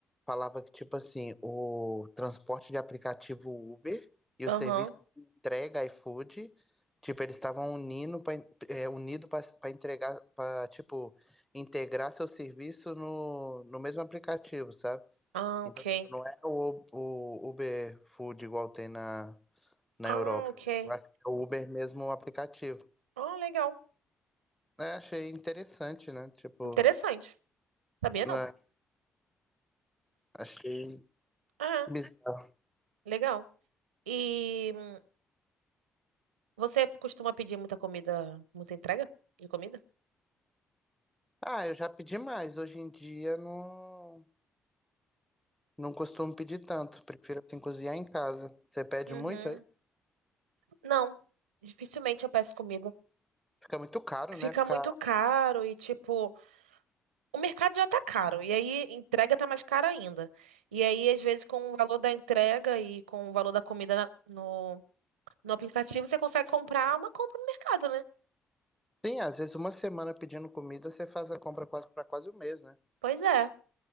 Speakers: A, in the centre; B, on the right (about 80°).
A: falava que, tipo assim, o transporte de aplicativo Uber e
B: Aham.
A: o serviço de entrega iFood, tipo, eles estavam unindo para é, unido para entregar, para, tipo, integrar seu serviço no, no mesmo aplicativo, sabe?
B: Ah,
A: Então,
B: ok.
A: tipo, não é o, o Uber Food igual tem na, na
B: Ah,
A: Europa.
B: ok.
A: Eu acho que é o Uber mesmo o aplicativo.
B: Ah, legal.
A: É, achei interessante, né? Tipo,
B: Interessante. Sabia
A: né?
B: não?
A: Achei.
B: Ah,
A: bizarro.
B: legal. E hum, você costuma pedir muita comida, muita entrega de comida?
A: Ah, eu já pedi mais. Hoje em dia não, não costumo pedir tanto. Prefiro assim cozinhar em casa. Você pede
B: Uhum.
A: muito aí?
B: Não. Dificilmente eu peço comida.
A: Fica muito caro,
B: Fica
A: né? Ficar.
B: muito caro e, tipo. O mercado já tá caro, e aí entrega tá mais cara ainda. E aí, às vezes, com o valor da entrega e com o valor da comida na- no, no aplicativo, você consegue comprar uma compra no mercado, né?
A: Sim, às vezes uma semana pedindo comida, você faz a compra quase para quase um mês, né?
B: Pois é.